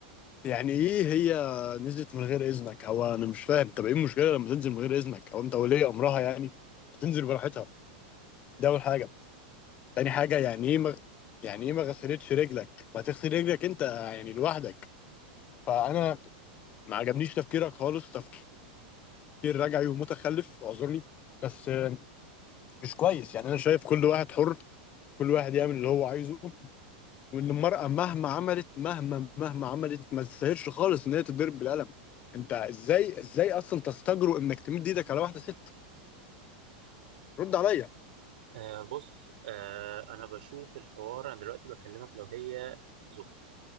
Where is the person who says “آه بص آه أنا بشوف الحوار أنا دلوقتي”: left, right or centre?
Right